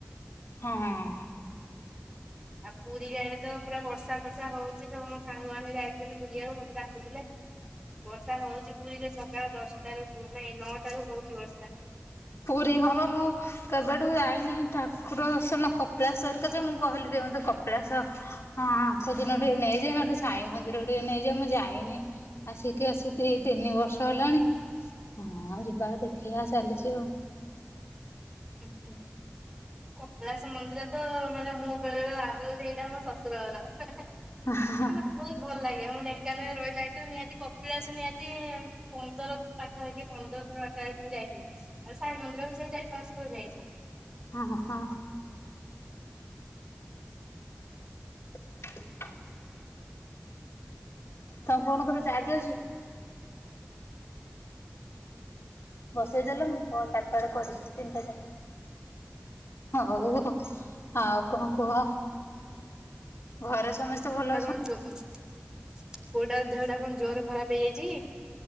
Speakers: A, on the left; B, on the right.
A: ହଁ ହଁ ହଁ
B: ଆଉ ପୁରୀ ଆଡ଼େ ତ ପୁରା ବର୍ଷା ଫର୍ଷା ହଉଚି ତ ମୋ ସାଙ୍ଗମାନେ ଯାଇଛନ୍ତି ବୁଲିଆକୁ ମତେ ଡାକୁୁଥିଲେ। ବର୍ଷା ହଉଚି ପୁରୀରେ ସକାଳ ଦଶଟାରୁ ପୁ ନାଇଁ ନଅଟାରୁ ହଉଚି ବର୍ଷା।
A: ପୁରୀ ହଁ ବା ମୁଁ କେବେଠୁ ଯାଇନି ଠାକୁର ଦର୍ଶନ କପିଳାସ ହେରିକା ଯେ ମୁଁ କହିଲି ମତେ ଟିକେ କପିଳାସ ହଁ ଖୋଦିନ ଟିକେ ନେଇଯା ନହେଲେ ସାଇ ମନ୍ଦିର ଟିକେ ନେଇଯା ମୁଁ ଯାଇନି। ଆସିକି ଆସି ତି ତିନି ବର୍ଷ ହେଲାଣି ହଁ ଯିବା ଦେଖିଆ ଚାଲିଚି ଆଉ।
B: ହୁ ହୁଁ। କପିଳାସ ମନ୍ଦିର ତ ମାନେ ମୁଁ ବେଳେବେଳେ ଭାବେ ବୋଧେ ଏଇଟା ମୋ ଶଶୁର ଘର।
A: <unintelligible> ହଁ।
B: ବହୁତ୍ ଭଲ୍ ଲାଗେ ମୁଁ ଢେଙ୍କାନାଳେ ରହିଲା ଭିତରେ ନିହାତି କପିଳାସ ନିହାତି ପନ୍ଦର ପାଖାପାଖି ପନ୍ଦର ଥର ପାଖାପାଖି ଖଣ୍ଡେ ଯାଇଚି। ଆଉ ସାଇ ମନ୍ଦିର ବି ସେଇ ଚାରି ପାଞ୍ଚ ଥର ଯାଇଚି।
A: ହଁ-ହଁ <inaudible>
B: <inaudible>
A: ତୋ ଫୋନ୍ <unintelligible> ଚାର୍ଜ ଅଛି? ବସେଇ ଦେଲେ ମୁଁ କ ଚାରିଟା ବେଳେ କରିବି ତିନିଟା ଚାରଟା। ହଉ ଆଉ କଁ କୁହ। ଘରେ ସମସ୍ତେ ଭଲ ଅଛ
B: <unintelligible> ପୁଅଟା ଦେହଟା କଣ୍ ଜୋରେ ଖରାପ ହେଇଯାଇଚି?